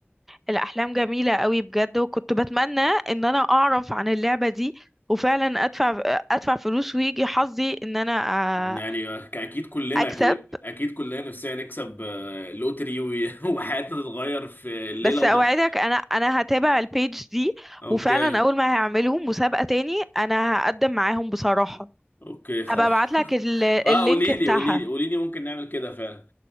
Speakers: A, in the centre; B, on the left.
A: الاحلام جميله قوي بجد وكنت بتمنى ان انا اعرف عن اللعبه دي وفعلا ادفع ادفع فلوس ويجي حظي ان انا
B: يعني
A: آه،
B: آه، اكيد كلنا
A: اكسب
B: كل اكيد كلنا نفسنا نكسب آه، لوتري و- <laughs> وحياتنا تتغير في ليلة
A: بس
B: وضحى
A: اوعدك انا انا هتابع البيج دي
B: اوكي
A: وفعلا اول ما هيعملوا مسابقة تاني انا هقدم معاهم بصراحة
B: اوكي خلاص
A: هبقى ابعت لك
B: <laughs> اه
A: اللينك
B: قولي
A: بتاعها
B: لي قولي لي قولي لي ممكن نعمل كده فعلا